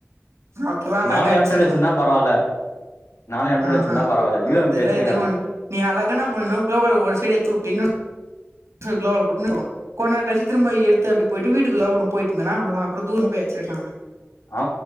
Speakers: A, on the right (about 85°); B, on the left (about 85°).
A: அப்பலாம் அழகா
B: நானு
A: அடிச்சிருக்லாம்
B: எம் டென் வச்சிருந்தா பரவால்ல நானு எம் டென்
A: அஹா
B: வச்சிருந்தா பரவால்ல யூ
A: அதெல்லாம்
B: எம் பி வச்சுனுக்கிறே
A: எதோ ஒன்னு நீ அழகா இன்னா பண்ணனும் ஒரு சைடு எடுத்துவுட்டு இன்னோ எடுத்துயிருக்கலாம் அவன் பொட்டுன்னு போடுவான் கொஞ்ச நேரம் கழிச்சி திரும்ப எடுத்து அப்டி போயிட்டு வீட்டுக்குள்ள ஒன்னு போயிட்டுந்தன்னா அவ்ளதான் அப்றோம் தூரமா போய் அச்சிருக்கலாம் அவன
B: அ